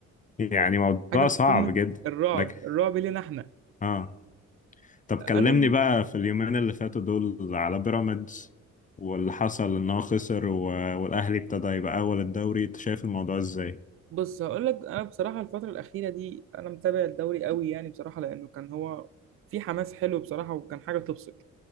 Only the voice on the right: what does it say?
حاجه في
قمه
الرعب
الرعب لينا احنا
انا
من
بص هقول لك انا بصراحه الفتره الاخيره دي انا متابع الدوري قوي يعني بصراحه لانه كان هو في حماس حلو بصراحه وكان حاجه تبسط